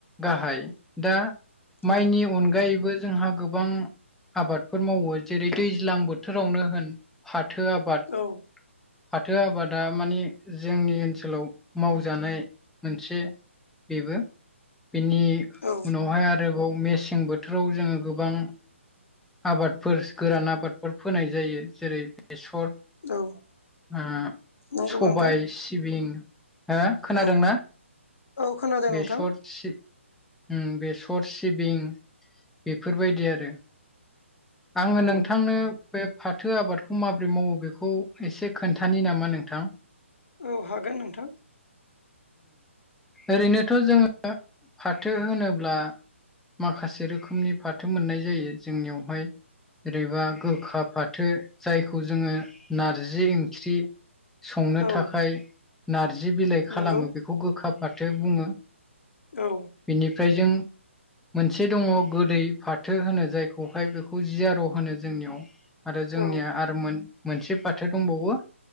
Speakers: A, in the centre; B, on the left.
A: गाहाय, दा माइनि
B: औ
A: अनगायैबो जोंहा गोबां आबादफोर मावयो जेरै दैज्लां बोथोरावनो होन फाथो आ बाद,
B: औ
A: फाथो आबाद आ मानि जोंनि ओनसोलाव मावजानाय मोनसे बेबो। बेनि
B: औ
A: उनावहाय आरोबाव मेसें बोथोराव जोङो गोबां आबादफोर गोरान आबादफोर फोनाय जायो जेरै बेसर
B: औ
A: उम
B: नंगौ
A: सबाइ,
B: नोंथां
A: सिबिं हो खोनादोंना
B: औ औ खोनादों
A: बेसर
B: नोंथां
A: सि उम बेसर, सिबिं बेफोरबायदि आरो। आङो नोंथांनो
B: औ
A: बे फाथो आबादखौ माबोरै मावो बेखौ एसे खोन्थानि नामा नोंथां?
B: औ, हागोन नोंथां।
A: ओरैनोथ' जोङो फाथो होनोब्ला माखासे रोखोमनि फाथो मोननाय जायो जोंनियावहाय जेरैबा गोखा फाथो, जायखौ जोङो नार्जि ओंख्रि संनो
B: औ
A: थाखाय नार्जि बिलाइ खालामो
B: नंगौ
A: बेखौ गोखा फाथो बुङो।
B: औ।
A: बेनिफ्राय जों मोनसे दङ' गोदै फाथो होनो जायखौहाय बेखौ जियार' होनो जोंनियाव आरो जोंनिया
B: औ
A: आरो मोन मोनसे फाथो दंबावो